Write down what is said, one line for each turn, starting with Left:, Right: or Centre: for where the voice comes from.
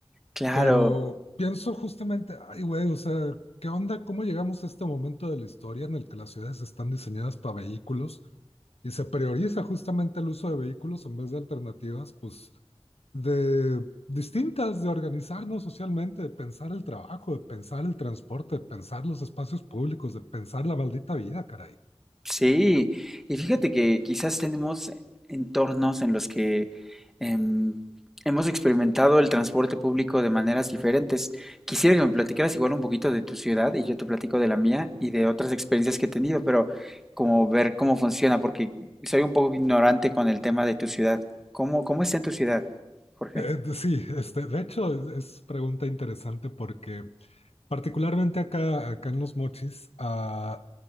Centre: claro,
Left: Pero pienso justamente, ay, güey, o sea, ¿qué onda? ¿Cómo llegamos a este momento de la historia en el que las ciudades están diseñadas para vehículos y se prioriza justamente el uso de vehículos en vez de alternativas, pues, de distintas, de organizarnos socialmente, de pensar el trabajo, de pensar el transporte, de pensar los espacios públicos, de pensar la maldita vida, caray.
Centre: sí. Y fíjate que quizás tenemos entornos en los que em, hemos experimentado el transporte público de maneras diferentes. Quisiera que me platicaras igual un poquito de tu ciudad y yo te platico de la mía y de otras experiencias que he tenido, pero como ver cómo funciona, porque soy un poco ignorante con el tema de tu ciudad. ¿Cómo, cómo está en tu ciudad, Jorge?
Left: Eh, de- sí, este, de hecho es, es pregunta interesante porque particularmente acá, acá en Los Mochis, ah,